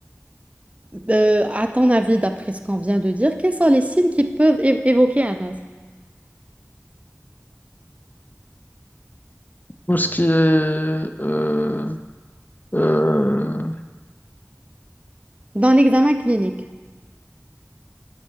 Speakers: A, on the right (about 25°); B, on the left (about 35°).
A: Euh, à ton avis, d'après ce qu'on vient de dire, quels sont les signes qui peuvent é- évoquer un asthme
B: Tout ce qui est, euh, euh,
A: dans l'examen clinique?